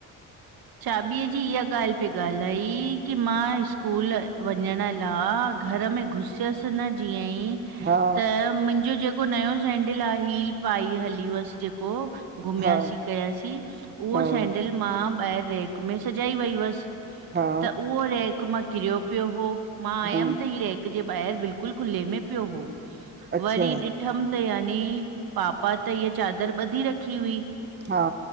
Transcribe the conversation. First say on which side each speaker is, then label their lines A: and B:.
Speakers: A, on the right; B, on the right.
A: चाॿीअ जी इह्या ॻाल्हि पए ॻाल्हाई की मां स्कूल वंञंण ला घर में घुसियसि न जीअं ई
B: हा
A: त मुंजो जेको नयो सेंडिल आ हील पाई हली हुवसि जेको घुमियासीं
B: हा
A: कयासीं, उहो
B: हा
A: सैंडिल मां ॿाहिरि रेक में सजाई वई हुअसि‌।
B: हा।
A: उहो रेक मां किरियो पियो हो, मां आयमि
B: हा हा
A: त हीय रेक जे ॿाहिरि बिल्कुलु खुले में पियो हो,
B: अच्छा
A: वरी ॾि ॾिठमि त यानी, पापा त हीय चादर ॿधी रखी हुई।
B: हा।